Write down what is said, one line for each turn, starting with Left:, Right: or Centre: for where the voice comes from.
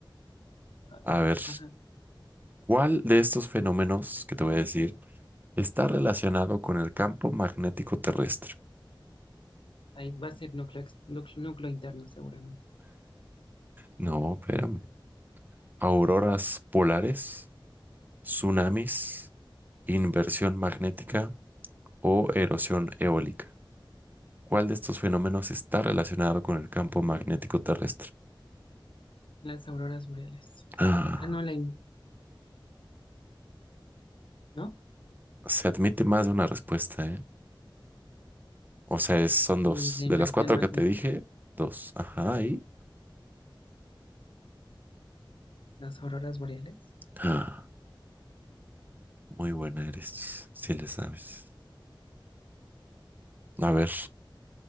Left: Ay,
Right: A ver.
Left: ajá.
Right: ¿Cuál de estos fenómenos que te voy a decir está relacionado con el campo magnético terrestre?
Left: Ahí va a ser núcleo, ex- núcleo, núcleo interno seguramente.
Right: No, espérame. Auroras polares, tsunamis, inversión magnética o erosión eólica. ¿Cuál de estos fenómenos está relacionado con el campo magnético terrestre?
Left: Las auroras boreales.
Right: Ah,
Left: Ah, no, la, in- ¿no?
Right: se admite más de una respuesta, ¿eh? O sea, es- son dos.
Left: La inversión
Right: De las cuatro
Left: magnética.
Right: que te dije, dos. Ajá, ahí.
Left: Las auroras boreales.
Right: Ah, muy buena eres, si le sabes. A ver.